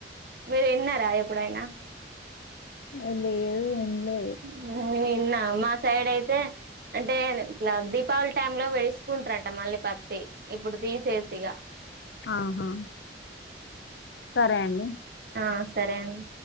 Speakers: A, on the right; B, on the left.
A: మీరు ఇన్నారా ఎప్పుడైనా
B: ఆ లేదు ఇన్లే
A: నేను ఇన్న మా సైడ్ అయితే అంటే ఇట్లా దీపావళి టైంలో వెేసుకుంటరంట మళ్ళీ పత్తి ఇప్పుడు తీసేసి ఇగా
B: ఆహా సరే అండి
A: ఆ సరే అండి